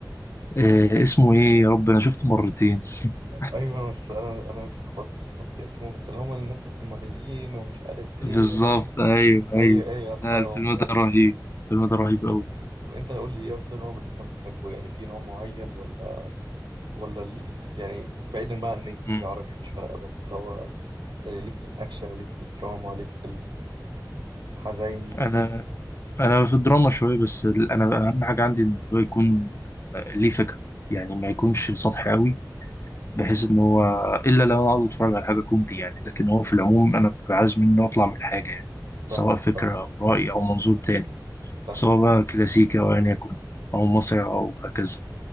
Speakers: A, on the left (about 35°); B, on the right (about 70°).
A: إيه اسمه ايه يا رب انا شفته مرتين <laughs>
B: ايوه بس انا انا برضه سقطت اسمه بس اللي هم الناس الصوماليين ومش عارف ايه
A: بالظبط
B: انا انا
A: ايوه ايوه
B: ايوه ايوه الحقيقه
A: لا الفيلم
B: هو موضوع
A: ده
B: ده.
A: رهيب الفيلم ده رهيب قوي
B: طب طب انت قول لي ايه اكتر نوع من الافلام بتحبه يعني في نوع معين ولا ولا ال... يعني بعيدا بقى عن انجليزي
A: مم.
B: عربي مش فارقه بس اللي هو يعني ليك في الاكشن ليك في الدراما ليك في الحزيني
A: انا انا في الدراما شويه بس ال- انا اهم حاجه عندي ان هو يكون ليه فكره يعني ما يكونش سطحي قوي بحيث ان هو الا لو انا عاوز اتفرج على حاجه كوميدي يعني لكن هو في العموم انا ببقى عايز منه اطلع من حاجه يعني
B: فاهمك
A: سواء فكره
B: اه
A: او راي او منظور تاني
B: فاهم
A: سواء بقى كلاسيكي أو أيا يكن أو مصري أو هكذا